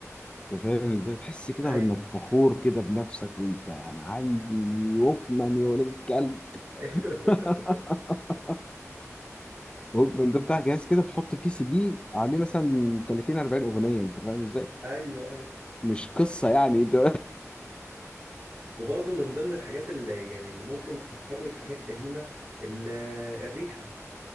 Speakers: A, on the left (about 20°); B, on the right (about 40°).
A: أنت فاهم إزاي تحس كده
B: ايوه
A: بإنك فخور كده بنفسك وأنت أنا عندي ووكمان يا ولاد الكلب
B: <laughs>
A: <laughs> ووكمان ده بتاع جهاز كده تحط فيه سي دي عليه مثلا 30 40 اغنيه انت فاهم ازاي؟
B: ايوه ايوه
A: مش قصه يعني انت
B: وبرضه من ضمن الحاجات اللي يعني اللي ممكن تفكرني بحاجات قديمة ال- آه، الريحة